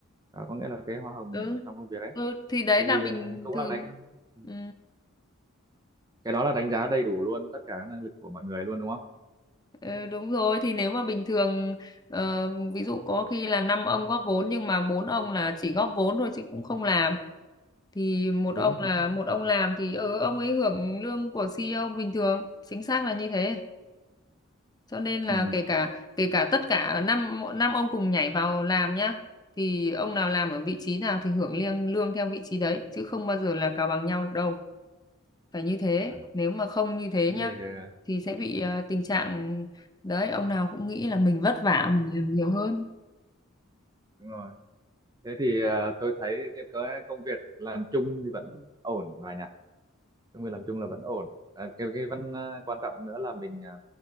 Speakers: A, on the right (about 20°); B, on the left (about 20°).
A: à, có nghĩa là cái hoa hồng
B: ừ,
A: nhận được trong công việc ấy
B: ừ thì đấy
A: thì
B: là bình
A: ờ, cũng
B: thường
A: là đánh ừ,
B: ừ,
A: cái đó là đánh giá đầy đủ luôn tất cả các năng lực của mọi người luôn đúng không
B: ừ, đúng rồi thì nếu mà bình thường ờ, ví dụ có khi là năm ông góp vốn nhưng mà bốn ông là chỉ góp vốn thôi chứ cũng không làm thì một
A: đúng
B: ông là
A: chính xác
B: một ông làm thì ừ, ông ấy hưởng lương của CEO bình thường chính xác là như thế cho nên là
A: ừ
B: kể cả kể cả tất cả năm năm ông cùng nhảy vào làm nhá thì ông nào làm ở vị trí nào thì hưởng liêng lương theo vị trí đấy chứ không bao giờ là cào bằng nhau được đâu phải như thế
A: à,
B: nếu mà không như thế
A: thế
B: nhá
A: thì ờ,
B: thì sẽ bị ờ, tình trạng đấy ông nào cũng nghĩ là mình vất vả mình làm nhiều hơn
A: đúng rồi thế thì ờ, tôi thấy cái công việc làm chung thì vẫn ổn rồi nhỉ công việc làm chung là vẫn ổn à, cái cái Ừ. vẫn ờ, quan trọng nữa là mình ờ,